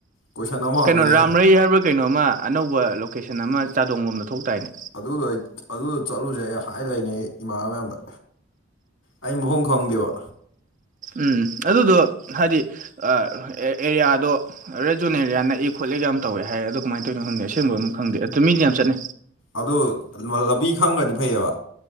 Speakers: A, on the left; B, on the right.
A: ꯀꯣꯏꯁꯟ ꯑꯃ ꯍꯪꯒꯦꯅꯦ
B: ꯀꯩꯅꯣ ꯔꯥꯝꯔꯩ ꯍꯥꯏꯕꯔꯥ ꯀꯩꯅꯣꯃ ꯑꯅꯧꯕ ꯂꯣꯀꯦꯁꯟ ꯑꯃ ꯆꯥꯗꯣꯡ ꯂꯣꯝꯗ ꯊꯣꯛ ꯇꯥꯏꯅꯦ
A: ꯑꯗꯨꯗꯣ ꯑꯩ ꯑꯗꯨꯗꯣ ꯆꯠꯂꯨꯖꯦ ꯑꯩ ꯍꯥꯏ ꯂꯩꯅꯦ ꯑꯩ ꯏꯃꯥꯟꯅꯕ ꯃꯌꯥꯝꯗ ꯑꯩ ꯃꯐꯝ ꯈꯪꯗꯦꯕ
B: ꯎꯝ ꯑꯗꯨꯗꯣ ꯍꯥꯏꯗꯤ ꯑꯥ ꯑꯦꯔꯤꯌꯥꯗꯣ ꯔꯦꯠꯖꯣꯟ ꯑꯦꯔꯤꯌꯥ ꯅꯛꯏ ꯈꯣꯠꯂꯤꯒ ꯌꯥꯝ ꯇꯧꯌꯦ ꯍꯥꯏꯌꯦ ꯑꯗꯣ ꯀꯃꯥꯏꯅ ꯇꯧꯏꯅꯣ ꯈꯪꯗꯦꯁꯤ ꯑꯁꯦꯡꯕ ꯑꯃ ꯈꯪꯗꯦ ꯑꯗꯣ ꯃꯤꯗꯤ ꯌꯥꯝ ꯆꯠꯅꯩ
A: ꯑꯗꯨ ꯂꯝꯕꯤ ꯈꯪꯉ꯭ꯔꯗꯤ ꯐꯩꯑꯕ